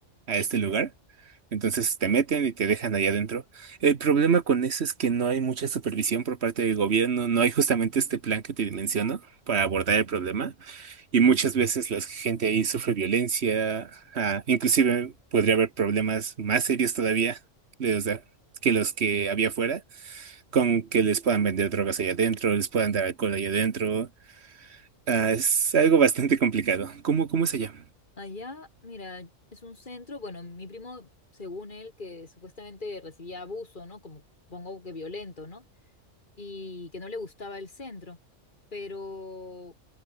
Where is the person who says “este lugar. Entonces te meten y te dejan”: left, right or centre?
Right